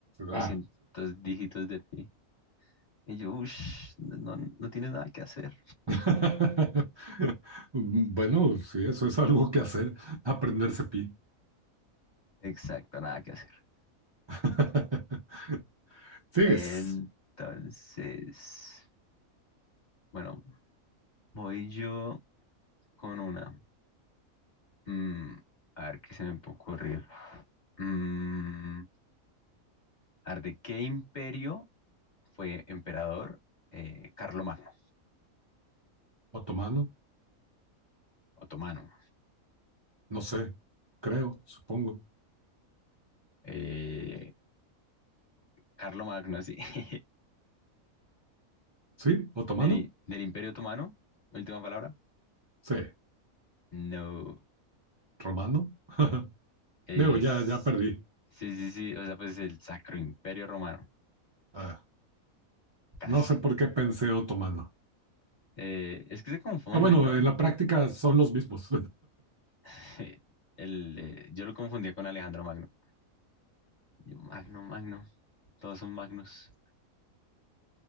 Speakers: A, on the left; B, on the right.
A: doscientos
B: ah.
A: dígitos de pi. Y yo, uff, no, no tienes nada que hacer.
B: <laughs> Bueno, sí, eso es algo que hacer, aprenderse pi.
A: Exacto, nada que hacer.
B: <laughs> ¿Sigues?
A: Entonces, bueno, voy yo con una. Mm, a ver, ¿qué se me puede ocurrir? Mm, a ver, ¿de qué imperio fue emperador eh, Carlomagno,
B: ¿Otomano?
A: otomano?
B: No sé, creo, supongo.
A: Eh, Carlomagno, sí. <laughs>
B: ¿Sí? ¿Otomano?
A: ¿Del, del imperio otomano? Última palabra.
B: Sí.
A: No.
B: ¿Romano? <laughs>
A: Es,
B: Digo, ya, ya perdí.
A: sí, sí, sí, o sea, pues el Sacro Imperio Romano,
B: Ah,
A: casi.
B: no sé por qué pensé otomano.
A: Eh, es que se confunden,
B: Ah, Bueno,
A: ¿no?
B: en la práctica son los mismos.
A: <laughs> El, eh, yo lo confundía con Alejandro Magno. Yo, Magno, Magno, todos son Magnus.